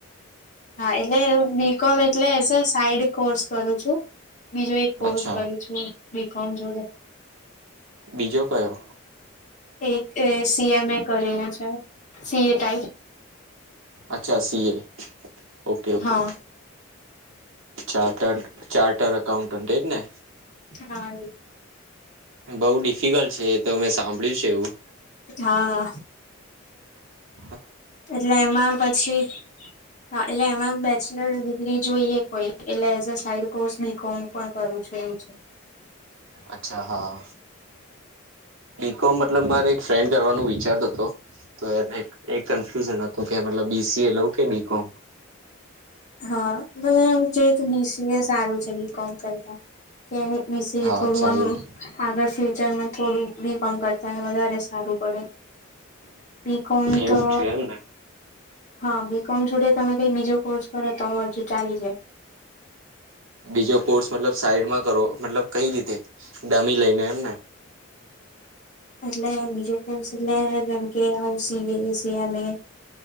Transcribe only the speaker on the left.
હા એટલે બી કોમ એટલે સાઈડ કોર્સ કરું છું બીજો એક કોર્સ
કરું છું બી કોમ જોડે
એક સીએમ એ કરીને છે સીએ ટાઈપ
હા
હા
હા
એટલે એમાં પછી એટલે એમાં બેચલર ડિગ્રી જોઈએ કોઈ એટલે as a side course B com પણ કરું છું એવ છે
હા મ જે બીસીએ સારું છે લી કોમ કરતા કે વિશે
થોડું
આમ
આગળ ફ્યુચરમાં થોડું બીકોમ કરતા વધારે સારું પડે બીકોમ
તો
હા, બી કોમ જોડે તમે કઈ બીજો કોર્સ કરે તો હજુ ચાલી જાય.
એટલે બીજો કોસ એટલે જેમ કે આવ સીવે શિવામે